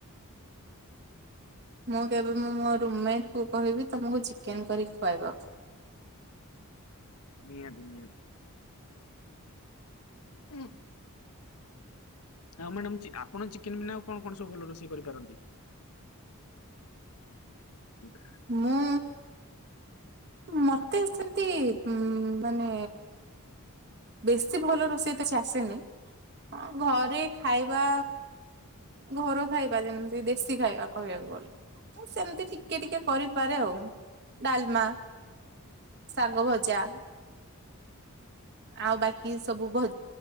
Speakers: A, on the right; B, on the left.
A: ମୁଁ କେବେ ମୁଁ ମୋ ରୁମ ମେଟ୍ କୁ କହିବି ତମକୁ ଚିକେନ କରି ଖୁଆଇବ।
B: ନିହାତି ନିହାତି। ଉ ଆଉ ମ୍ୟାଡାମ ଚି ଆପଣ ଚିକେନ ବିନା ଆଉ କଣ କଣ ସବୁ ଭଲ ରୋଷେଇ କରିପାରନ୍ତି? <inaudible>
A: ମୁଁ ମତେ ସେମିତି ଉ ମାନେ ବେଶୀ ଭଲ ରୋଷେଇ ତ କିଛି ଆସେନି। ହଁ ଘରେ ଖାଇବା ଘର ଖାଇ ବା ଯେମିତି ଦେଶୀ ଖାଇବା କହିବାକୁ ଗଲେ। ମୁଁ ସେମିତି ଟିକେ ଟିକେ କରିପାରେ ଆଉ ଡ଼ାଲମା। ଶାଗ ଭଜା ଆଉ ବାକି ସବୁ ଭ